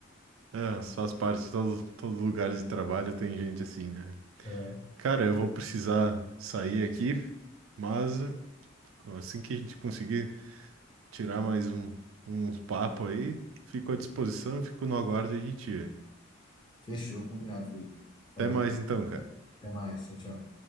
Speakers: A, on the right; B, on the left.
A: é, mas faz parte, todo, todo lugar de trabalho tem gente assim, né?
B: É.
A: Cara, eu vou precisar sair aqui, mas assim que a gente conseguir tirar mais um, uns papo aí, fico à disposição, fico no aguardo aí de ti.
B: Fechou, combinado, Felipe.
A: Até
B: Falou,
A: mais então, cara.
B: até mais. Tchau, tchau.